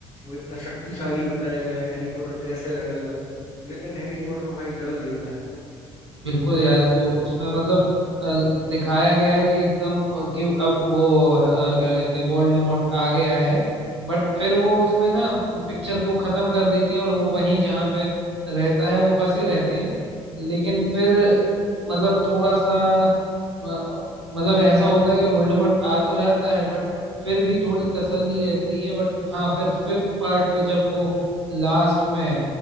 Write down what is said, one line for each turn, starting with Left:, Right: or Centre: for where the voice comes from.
Left: वो इतना शक्तिशाली बताया गया है हैरी पॉटर कैसे लड़ेगा लेकिन हैरी पॉटर भाई लड़ लेता है
Right: बिल्कुल
Left: है
Right: यार
Left: ना
Right: वो उसमें मतलब अ, दिखाया गया है कि एकदम अ, कि अब वो अ, क्या कहते हैं वोल्डेमॉर्ट आ गया है बट फिर वो उसमें ना पिक्चर को खत्म कर देते हैं और वो वहीं जहाँ पे रहता है वो फंसे रहते हैं लेकिन फिर मतलब थोड़ा सा अ, मतलब ऐसा होता है कि वोल्डेमॉर्ट आ तो जाता है बट फिर भी थोड़ी तसल्ली रहती है बट हाँ फिर फिफ्थ पार्ट पे जब वो लास्ट में